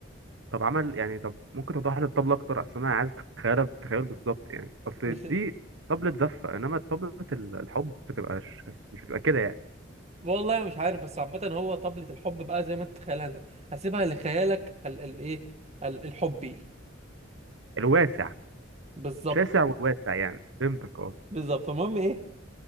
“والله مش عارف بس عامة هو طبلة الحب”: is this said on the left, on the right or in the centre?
Right